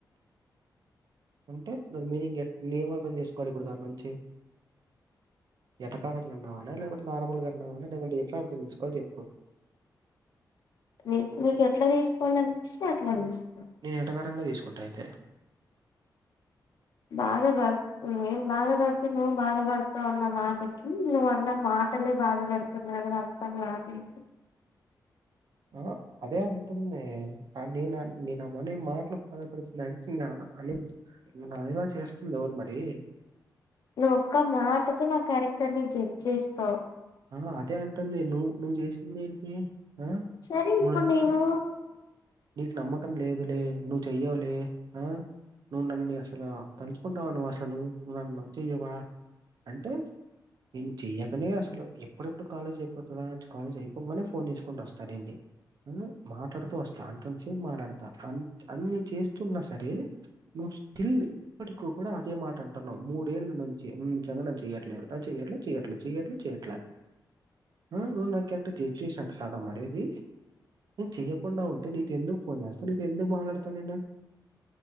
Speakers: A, on the right; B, on the left.
A: అంటే దాని మీనింగ్ ఎట్ నేనేమర్థం చేసుకోవాలి ఇప్పుడు దాని నుంచి ఏటకారంగా అన్నావన లేకుంటే నార్మల్ గా అన్నావన లేకుంటే ఎట్లా అర్థం చేసుకోవాలో చెప్పు
B: మీ మీకు ఎట్లా తీసుకోవాలి అనిపిస్తే అట్లా తీస్
A: నేను ఏటకారంగా తీసుకుంటా అయితే
B: బాధ పడ్ నేను బాధ పడ్తే నువ్వు బాధ పడ్తావ్ అన్న మాటకి నువ్ అన్న మాట నే బాధ పెడుతున్న అని అర్థం కాలేదు
A: ఆ అదే అంటుంది ఆ నెను నిన్ అ మని మా ట్ బాధపడుతున్న అంటె నిన్ అని నేన్ అనే లా చేస్తుంది ఎవరు మరి
B: నువ్ ఒక్క మాటతో నా క్యారెక్టర్ ని జడ్జ్ చేస్తావ్
A: అ హా అదే అంటుంది నువ్వు నువ్వు చేసింది ఏంటి ఆ
B: సరే
A: నువ్
B: ఇప్పుడు
A: నని
B: నేను
A: నీకు నమ్మకం లేదులే నువ్వు చెయ్యవులే ఆ నువ్వు నన్ను అసలు తంచుకుంటావా నువ్వు అసలు నువ్వు నన్ను లవ్ చెయ్యవా అంటే నేను చెయకనే అసలు ఎప్పుడప్పుడు కాలేజ్ అయిపోతద కాలేజ్ అయిపోగానే ఫోన్ చేసుకుంటూ వస్తా నిన్ని ఆ మాట్లాడుతూ వస్ అంతత సేపు మాట్లాడతా అన్ అన్ని చేస్తున్నా సరే నువ్ స్టిల్ ఇప్పటికు కూడా అదే మాట అంటన్నావు మూడేళ్ళ నుంచి నువ్ నిజం గా నన్ను చెయ్యట్లేదు నన్ను చెయట్లే చెయట్లే చెయ్యట్లే చెయట్లే ఆ నువ్ నాకు చెడ్డ చెయ్ చేసినట్టు కాదా మరి ఇది నేను చెయ్యకుండా ఉం నేన్ నీతే ఎందుకు ఫోన్ చేస్తా నీతో ఎందుకు మాట్లాడతా నిను